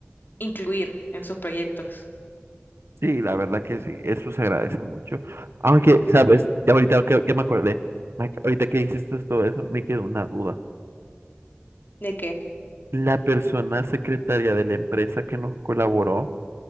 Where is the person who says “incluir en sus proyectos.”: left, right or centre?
Left